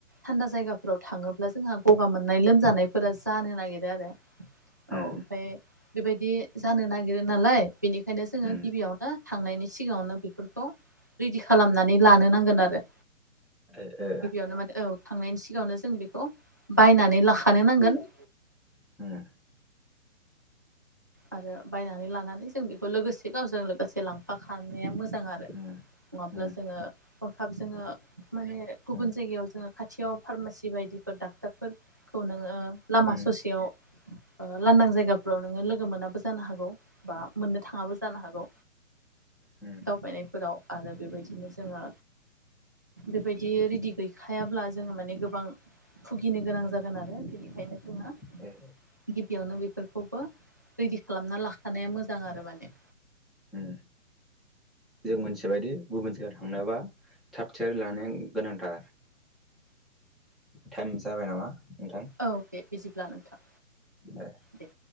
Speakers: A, on the right; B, in the centre.
A: थान्दा जायगाफोराव थाङोब्ला जोंहा गगा मोननाय लोमजानायफोरा जानो नागिरो आरो
B: उम
A: औ ओमफ्राय बेबायदि जानो नागिरो नालाय बेनिखायनो जोङो
B: उम
A: गिबियाव थांनायनि सिगाङावनो बेफोरखौ रेडि खालामनानै लानो नांगोन आरो
B: ओ ओ
A: गिबियावनो माने औ थांनायनि सिगाङावनो जों बेखौ बायनानै लाखानो नांगोन
B: ह
A: आरो बायनानै लानानै जों बेखौ लोगोसे गावजों लोगोसे लांफाखानाया मोजां मोजां आरो
B: उम
A: नङाब्ला
B: उम
A: जोङो हरखाब जोङो माने
B: उम
A: गुबुन जायगायाव जोङो साखाथियाव फार्मासि बायदिफोर डाक्टरफोरखौ नोङो
B: उम
A: लामा ससेयाव लानदां जायगाफोरावनोङो लोगो मोनाबो जानो हागौ बा मोननो थाङाबो जानो हागौ
B: उ
A: दावबायनायफोराव आरो बेबायदिनो जोङो बेबायदि रेडि गैखायाब्ला जोङो माने गोबां भुगिनो गोनां जागोन आरो बिनिखायनो जोंङो
B: ए
A: गिबियावनो बेफोरखौबो रेडि खालामना लाखानाया मोजां आरो माने
B: उम जों मोनथिबायदि गुबुन जायगायाव थांनोबा थाब थियारि लानाया गोनांथार टाइम जाबाय नामा नोंथां
A: औ दे बिदिब्ला नोंथां
B: ओ
A: दे